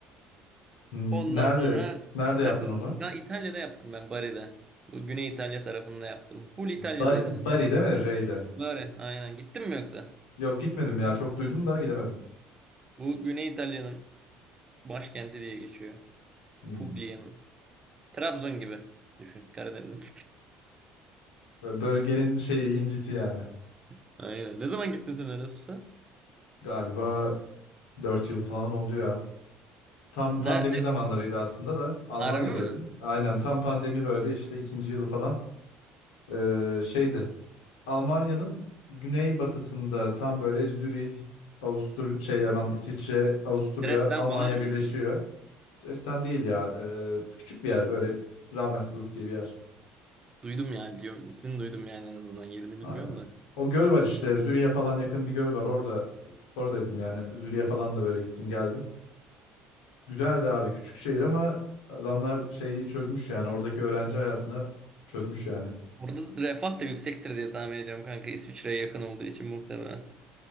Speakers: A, on the left; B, on the right.
A: Hmm,
B: Ondan
A: Nerede
B: sonra
A: nerede yaptın
B: takılıyorsun.
A: onu?
B: Kanka İtalya'da yaptım ben Bari'de. Bu Güney İtalya tarafında yaptım. Full İtalya'daydım.
A: Bari, Bari değil mi R ile?
B: Bari aynen. Gittin mi yoksa?
A: Yok gitmedim ya çok duydum da gidemedim.
B: Bu Güney İtalya'nın başkenti diye geçiyor.
A: Hmm.
B: Puglia'nın. Trabzon gibi. Düşün Karadeniz'in.
A: Böyle Bölgenin şeyi incisi yani.
B: <laughs> Aynen. Ne zaman gittin sen Erasmus'a?
A: Galiba 4 yıl falan oldu ya. Tam
B: Nerede?
A: pandemi zamanlarıydı aslında da Almanya'daydım.
B: Harbi mi?
A: Aynen tam pandemi böyle işte ikinci yılı falan. Ee, şeydi Almanya'nın güneybatısında tam böyle Zürih, Avustur şey aman İsviçre, Avusturya,
B: Dresden
A: Almanya
B: falan mı
A: birleşiyor.
B: yoksa?
A: Dresden değil ya. e, küçük bir yer böyle Ravensbrück diye bir yer.
B: Duydum ya biliyorum. İsmini duydum yani en azından. Yerini
A: Aynen.
B: bilmiyorum da.
A: O göl var işte. Zürih'e falan yakın bir göl var. Orada oradaydım yani. Zürih'e falan da böyle gittim geldim. Güzeldi abi küçük şehir ama adamlar şeyi çözmüş yani. Oradaki öğrenci hayatını çözmüş yani.
B: Orada refah da yüksektir diye tahmin ediyorum kanka. İsviçre'ye yakın olduğu için muhtemelen.